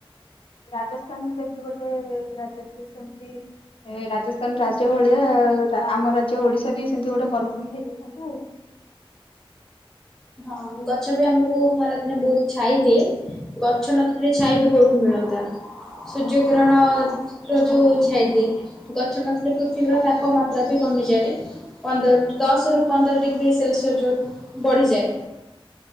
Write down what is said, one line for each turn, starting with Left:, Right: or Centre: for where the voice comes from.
Left: ରାଜସ୍ଥାନ ଯେମିତି ଗୋଟେ ରାଜ୍ୟ ସେ ସେମିତି ସେମିତି ଏ ରାଜସ୍ଥାନ ରାଜ୍ୟ ଭଳିଆ ଆମ ରାଜ୍ୟ ଓଡିଶା ବି ସେମିତି ଗୋଟେ ମରୁଭୂମି ହେଇଯାଇଥାନ୍ତା ଆଉ।
Centre: ହଁ ଗଛ ବି ଆମକୁ ଖରା ଦିନେ ବହୁତ ଛାଇ ଦିଏ ଗଛ ନଥିଲେ ଛାଇ ବି କୋଉଠୁ ମିଳନ୍ତା, ସୂର୍ଯ୍ୟ କିରଣର ଯୋଉ ଛାଦି ଗଛ ନଥିଲେ ପୃଥିବୀର ତାପମାତ୍ରା। କମିଯାଏ ପନ୍ଦର ଦଶରୁ ପନ୍ଦର ଡିଗ୍ରୀ ସେଲସିଅସ ଯୋଉ ବଢ଼ିଯାଏ।